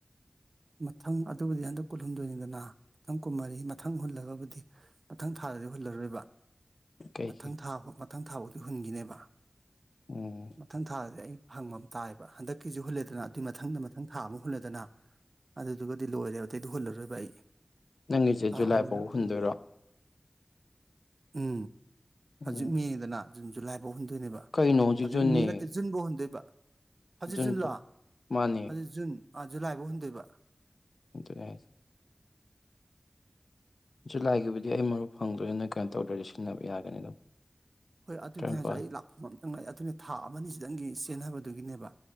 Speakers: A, on the right (about 65°); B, on the left (about 85°).
A: ꯃꯊꯪ ꯑꯗꯨꯕꯨꯗꯤ ꯍꯟꯗꯛ ꯀꯨꯜꯍꯨꯟꯗꯣꯏꯅꯤꯗꯅ ꯃꯊꯪ ꯀꯨꯝꯃꯔꯤ ꯃꯊꯪ ꯍꯨꯜꯂꯒꯕꯨꯗꯤ ꯃꯊꯪ ꯊꯥꯗꯗꯤ ꯍꯨꯜꯂꯔꯣꯏꯕ
B: ꯀꯩ
A: ꯃꯊꯪ
B: ꯀꯩ
A: ꯊꯥ ꯃꯊꯪ ꯊꯥ ꯇꯨꯍꯟꯒꯤꯅꯦꯕ
B: ꯎꯝ
A: ꯃꯊꯪ ꯊꯥꯗꯗꯤ ꯑꯩ ꯍꯪꯕ ꯑꯃ ꯇꯥꯏꯑꯕ ꯍꯟꯗꯛꯀꯤꯁꯨ ꯍꯨꯜꯂꯦꯗꯅ ꯑꯗꯨꯏ ꯃꯊꯪꯗ ꯃꯊꯪ ꯊꯥ ꯑꯃ ꯍꯨꯜꯂꯦꯗꯅ ꯑꯗꯨꯗꯨꯒꯗꯤ ꯂꯣꯏꯔꯦ ꯑꯇꯩꯗꯤ ꯍꯨꯜꯂꯨꯣꯏꯕ ꯑꯩ
B: ꯅꯪꯒꯤꯁꯦ
A: ꯊꯥ
B: ꯖꯨꯂꯥꯏ
A: ꯑꯅꯤꯗ
B: ꯐꯥꯎ ꯍꯨꯟꯗꯣꯏꯔ
A: ꯎꯝ
B: ꯎꯝ
A: ꯍꯧꯖꯤꯛ ꯃꯦꯗꯅ ꯖꯨꯅ ꯖꯂꯥꯏ ꯧ ꯍꯨꯟꯗꯣꯏꯅꯦꯕ
B: ꯀꯩꯅꯣ
A: ꯍꯧꯖꯤꯛ
B: ꯖꯨꯟꯅꯦ
A: ꯃꯦ ꯅꯠꯇꯦ ꯖꯨꯟꯐꯧ ꯍꯨꯟꯗꯣꯏꯕ ꯍꯥꯖꯤꯠ
B: ꯖꯨꯟ
A: ꯖꯟ
B: ꯐꯥꯎ
A: ꯂꯣ
B: ꯃꯥꯅꯦ
A: ꯍꯧꯖꯤꯛ ꯖꯨꯟ ꯑꯥ ꯖꯨꯂꯥꯏꯐꯥꯎ ꯍꯨꯟꯗꯣꯏꯕ
B: <unintelligible> ꯍꯥꯏꯁꯦ ꯖꯨꯂꯥꯏ ꯒꯤꯕꯨꯗꯤ ꯑꯩ ꯃꯔꯨꯞ ꯐꯪꯗꯣꯏ ꯅꯣꯏ ꯀꯩꯅꯣ ꯇꯧꯗꯔ꯭ ꯗꯤ ꯁꯤꯟꯅꯕ ꯌꯥꯒꯅꯤ ꯑꯗꯨꯝ
A: ꯍꯣꯏ ꯑꯗꯨꯅꯦ
B: ꯇꯔꯥꯅꯤꯄꯥꯜ
A: ꯍꯥꯏꯖꯦ ꯑꯩ ꯂꯥꯛꯐꯝ ꯑꯝꯇꯪ ꯂꯩ ꯑꯗꯨꯅꯤ ꯊꯥ ꯑꯃ ꯑꯅꯤꯁꯤꯗꯪꯒꯤ ꯁꯤ ꯆꯦꯟꯅꯕꯗꯨꯒꯤꯅꯦꯕ